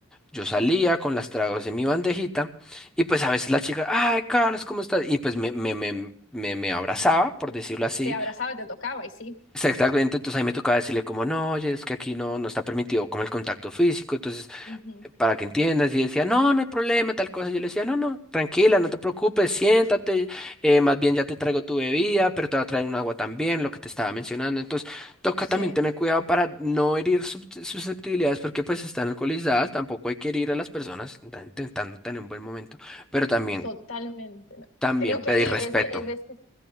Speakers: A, in the centre; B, on the left.
A: yo salía con las tragos en mi bandejita y pues a veces la chica, ay, Carlos, ¿cómo estás? Y pues me, me, me, me, me abrazaba, por decirlo así.
B: Te abrazaba, y te tocaba y sí.
A: Exactamente, entonces ahí me tocaba decirle como, no, oye, es que aquí no, no está permitido como el contacto físico, entonces
B: Ujú,
A: para que entiendas. Y decía, no, no hay problema, tal cosa. Yo le decía, no, no, tranquila, no te preocupes, siéntate, eh, más bien ya te traigo tu bebida, pero te va a traer un agua también, lo que te estaba mencionando. Entonces, toca
B: Sí,
A: también tener cuidado para no herir sus- susceptibilidades, porque pues están alcoholizadas, tampoco hay que herir a las personas, están intentando tener un buen momento, pero también,
B: Totalmente. ¿no?
A: también
B: Creo
A: pedir
B: que ahí
A: respeto.
B: es, es, es-